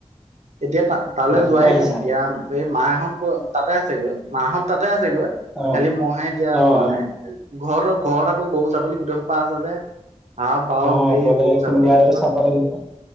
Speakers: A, on the right; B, in the centre.
A: এতিয়া তা তালে
B: ৰাতিপুৱা
A: যোৱাই
B: আহিছা
A: নাই এতিয়া এই মাহঁত তাতে আছে গৈ, মাহঁত তাতে আছ- চাগৈ
B: অ
A: খালি মহে এতিয়া
B: অ
A: যোৱা
B: অ
A: নাই এ ঘৰৰ ঘৰত আকৌ গৰু, ছাগলী গোটেই পা আছে যে হাঁহ পাও
B: অ
A: গোটেই
B: অকলে
A: গৰু,
B: কোনোবা
A: ছাগলী
B: এটাতো
A: খুৱা
B: চাব লাগিব